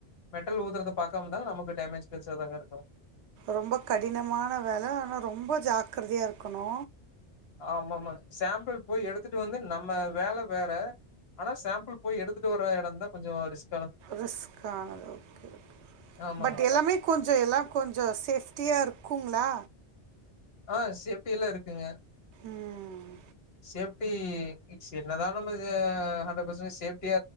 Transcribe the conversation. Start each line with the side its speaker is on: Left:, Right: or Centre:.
Left: மெட்டல் ஊத்துறத பாக்காம் ருந்தால் நமக்கு டேமேஜ் பெருசாதாங்க இருக்கு
Right: ரொம்ப கடினமான வேல ஆனா ரொம்ப ஜாக்ரதையா இருக்கணு
Left: ஆமா ஆமா சாம்ப்பிள் போய் எடுத்துட்டு வந்து நம்ம வேல வேற ஆனா சாம்ப்பிள் போய் எடுத்துட்டு வர எடந்தா கொஞ்சொ ரிஸ்க்
Right: ரிஸ்க்கானது ஓகே க்
Left: ஆமாங்க
Right: பட் எல்லாமே கொஞ்சொ எல்லா கொஞ்சொ சேஃப்டியா இருக் குங்ளா
Left: ஆஹ் சேஃப்டி எல்லா இருக்குங்க
Right: ம்
Left: சேஃப் டி ஸ் என்னதா நம்ம ஆ ஹண்ட்ரட் பர்சடேஜ் சேஃப்